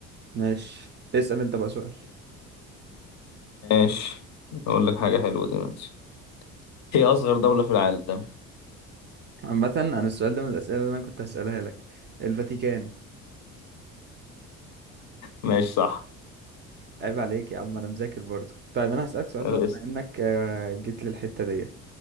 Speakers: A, on the right (about 30°); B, on the left (about 45°).
A: ماشي اسأل انت بقى سؤال
B: ماشي أقول لك حاجة حلوة دلوقتي هي أصغر دولة في العالم
A: عامة انا السؤال ده من الاسئلة اللي انا كنت هسألها لك الفاتيكان
B: ماشي صح
A: عيب عليك يا عم انا مذاكر برضه طيب انا هسألك سؤال بقى
B: الاسم.
A: بما انك آه، جيت للحتة ديت